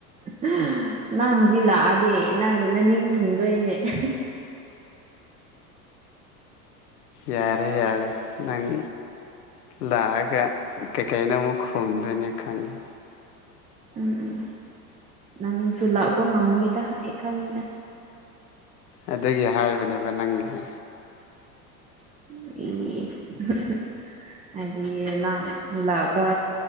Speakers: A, on the right (about 15°); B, on the left (about 80°).
A: ꯍꯪ ꯅꯪ ꯍꯧꯖꯤꯛ ꯂꯥꯛꯑꯗꯤ ꯅꯪ ꯅꯅꯤꯡ ꯊꯨꯡꯗꯣꯏꯅꯦ ꯍꯥ
B: ꯌꯥꯔꯦ ꯌꯥꯔꯦ ꯅꯪ ꯂꯥꯛꯑꯒ ꯀꯩꯀꯩꯩꯅꯣ ꯑꯃꯨꯛ ꯈꯣꯨꯝꯗꯣꯏꯅꯤ ꯈꯪꯉꯦ
A: ꯎꯝ ꯎꯝ ꯅꯪꯁꯨ ꯂꯥꯛꯄ ꯉꯝꯃꯣꯏꯗ ꯑꯩ ꯈꯪꯉꯤꯗ
B: ꯑꯗꯨꯒꯤ ꯍꯥꯏꯔꯕꯅꯦꯕ ꯅꯪꯒꯤꯖꯦ
A: <unintelligible> ꯍꯥꯏꯗꯤ ꯅꯪ ꯂꯥꯛꯄ